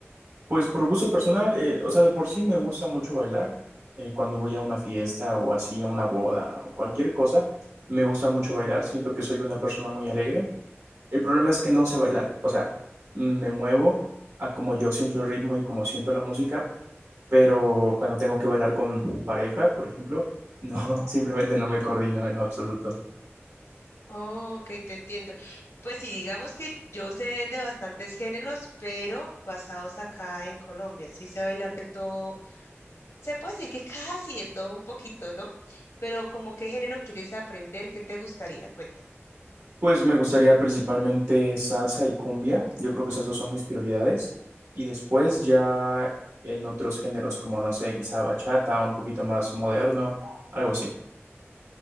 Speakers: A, on the right; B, on the left.
A: Pues por gusto personal, eh, o sea, de por sí me gusta mucho bailar. eh, cuando voy a una fiesta o así, a una boda o cualquier cosa, me gusta mucho bailar. Siento que soy una persona muy alegre. El problema es que no sé bailar. O sea, me muevo a como yo siento el ritmo y como siento la música, pero cuando tengo que bailar con pareja, por ejemplo, no, <laughs> simplemente no me coordino en lo absoluto.
B: Oh, ok, te entiendo. Pues sí, digamos que yo sé de bastantes géneros, pero basados acá en Colombia. Sí sé bailar de todo. Se puede decir que casi de todo un poquito, ¿no? Pero como qué género quieres aprender, ¿qué te gustaría? Cuéntame.
A: Pues me gustaría principalmente salsa y cumbia. Yo creo que esas dos son mis prioridades. Y después ya en otros géneros, como no sé, quizá bachata, un poquito más moderno, algo así.